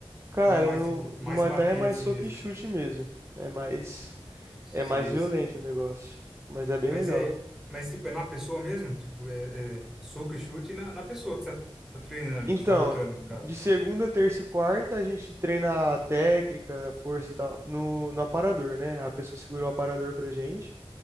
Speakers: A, on the right; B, in the centre.
A: Cara,
B: Ou é mais,
A: no,
B: tipo, mais
A: no Muay
B: bater
A: Thai é mais
B: assim
A: soco
B: mesmo?
A: e chute mesmo. É mais
B: Sei,
A: É mais violento
B: sei.
A: o negócio, mas é bem
B: Mas
A: legal.
B: é, mas, tipo, é na pessoa mesmo? Tipo, é, é soco e chute na, na pessoa que você tá, tá treinando ali,
A: Então,
B: que você tá lutando, no caso.
A: de segunda, terça e quarta, a gente treina a técnica, a força e tal, no, no aparador, né? A pessoa segura o aparador pra gente,